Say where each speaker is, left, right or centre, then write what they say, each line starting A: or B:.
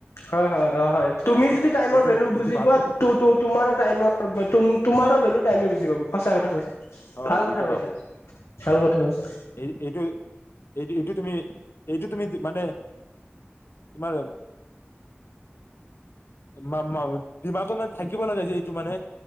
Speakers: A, on the left; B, on the left.
A: হয় হয় হয় হয় তুমি
B: এইটো
A: যদি টাইমৰ
B: এইটো
A: ভেলু বুজি
B: এইটো ভাবি
A: পোৱা তোমাৰো টাইমৰ তোমাৰো ভেলু টাইমে বুজি পাব সঁচা কথা কৈছা।
B: হয়
A: ভাল কথা
B: বুজি
A: কৈছা
B: পাব
A: ভাল কথা কৈছা।
B: এই এইটো এইটো এইটো তুমি এইটো তুমি মানে তোমাৰ মাম মাৱে দমাকো মানে থাকিব লগাই যে এইটো মানে